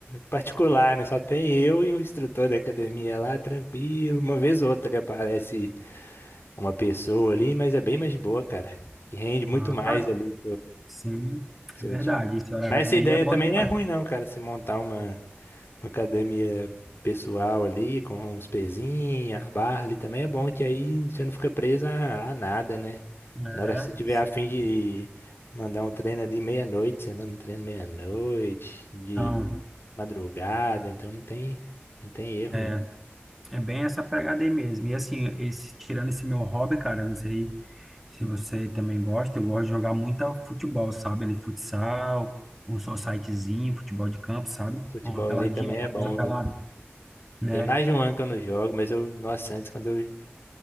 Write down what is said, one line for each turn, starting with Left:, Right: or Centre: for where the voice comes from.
Left: particular, né? Só tem eu e o instrutor da academia lá, tranquilo. Uma vez ou outra ali aparece uma pessoa ali, mas é bem mais de boa, cara. Que rende muito
Centre: Ah,
Left: mais ali.
Centre: sim,
Left: Seu
Centre: é verdade.
Left: dia.
Centre: Esse horário
Left: Mas
Centre: aí
Left: essa ideia
Centre: é bom
Left: também
Centre: demais.
Left: não é ruim, não, cara. Você montar uma, uma academia pessoal ali, com os pezinhos, a barra ali também é bom, que aí você não fica preso a, a nada, né?
Centre: É,
Left: Na hora que você tiver
Centre: sim.
Left: a fim de mandar um treino ali meia-noite, você manda um treino meia-noite, de
Centre: Então,
Left: madrugada, então não tem, não tem erro,
Centre: é,
Left: não.
Centre: é bem essa pegada aí mesmo. E assim, esse, tirando esse meu hobby, cara, eu não sei Se você também gosta, eu gosto de jogar muito futebol, sabe? Ali, futsal, um societyzinho, futebol de campo, sabe?
Left: Futebolzinho
Centre: Uma peladinha,
Left: também
Centre: a
Left: é
Centre: famosa
Left: bom,
Centre: pelada,
Left: viu?
Centre: né?
Left: Tem mais de um ano que eu não jogo, mas eu, nossa, antes quando eu